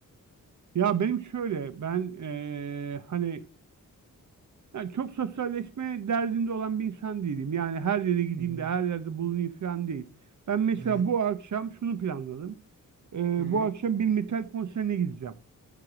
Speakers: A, on the right; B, on the right.
A: Ya benim şöyle ben e, hani Yani çok sosyalleşme derdinde olan bir insan değilim. Yani her yere gideyim
B: Hı hı.
A: de her yerde bulunayım falan değil. Ben mesela
B: Hı
A: bu akşam şunu planladım. Ee,
B: hı.
A: bu akşam bir metal konserine gideceğim.